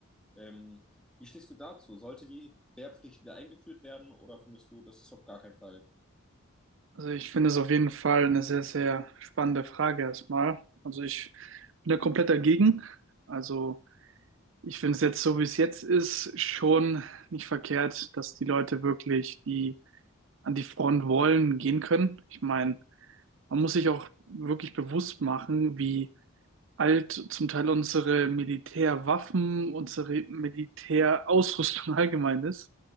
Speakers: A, in the centre; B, on the right.
A: Ähm, wie stehst du dazu? Sollte die Wehrpflicht wieder eingeführt werden oder findest du, das ist auf gar keinen Fall?
B: Also ich finde es auf jeden Fall eine sehr, sehr spannende Frage erstmal. Also ich bin da komplett dagegen. Also ich finde es jetzt so, wie es jetzt ist, schon nicht verkehrt, dass die Leute wirklich, die an die Front wollen, gehen können. Ich meine, man muss sich auch wirklich bewusst machen, wie alt zum Teil unsere Militärwaffen, unsere Militärausrüstung <laughs> allgemein ist.